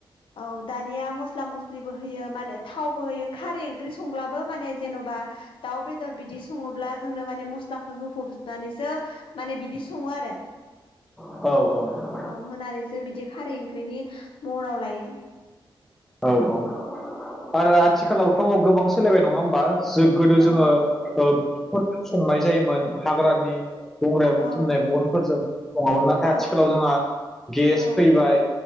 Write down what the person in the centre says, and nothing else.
औ औ।
औ औ। आरो आथिखालावथ' गोबां सोलायबाय नङा होमबा जों गोदो
जोङो। ओ संनाय जायोमोन हाग्रानि गंग्रायाव बुथुमनाय
बनफोरजों सङोमोन नाथाय
आथिखालाव जोंहा गेस
फैबाय